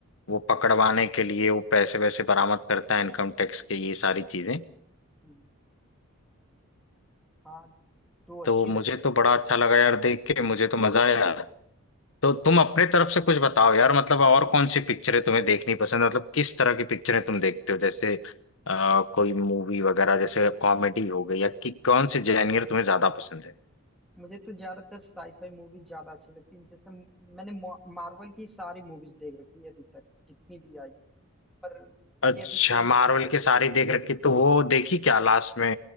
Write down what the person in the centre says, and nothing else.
हम्म, हाँ तो
अच्छी
लगती
मुझे तो ज्यादातर साईफाई मूवी ज्यादा अच्छी लगती है जैसे म- मैंने मार्वल की सारी मूवीज देख रखी है अभी तक जितनी भी आई पर
ये अभी जो